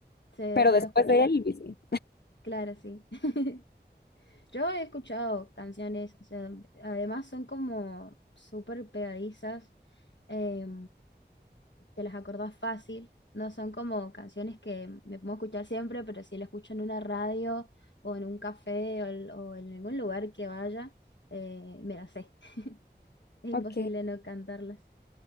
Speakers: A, on the left; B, on the left.
A: se
B: pero
A: lo
B: después
A: escucha.
B: de él, Luismi.
A: Claro, sí. <laughs> Yo he escuchado canciones, o sea, además son como súper pegadizas, eh, te las acordás fácil, no son como canciones que me puedo escuchar siempre, pero si la escucho en una radio o en un café o, el- o en algún lugar que vaya, eh, me las sé. <laughs> Es
B: Ok.
A: imposible no cantarlas.